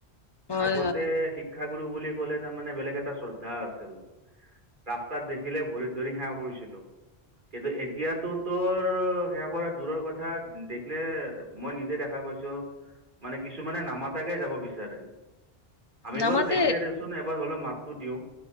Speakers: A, on the left; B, on the right.
A: হয়
B: আগতে
A: হয়
B: শিক শিক্ষাগুৰু বুলি ক'লে তাৰমানে বেলেগ এটা শ্ৰদ্ধা আছিল ৰাস্তাত দেখিলে ভৰিত ধৰি সেৱা কৰিছিলো কিন্তু এতিয়াতো তোৰ সেয়া কৰা দূৰৰ কথা দেখিলে মই নিজে দেখা পাইছো মানে কিছুমানে নামাতাকে যাব বিচাৰে আমি
A: নামাতে
B: বাৰো দেখিলে দেচোন এবাৰ হলেও মাতটো দিওঁ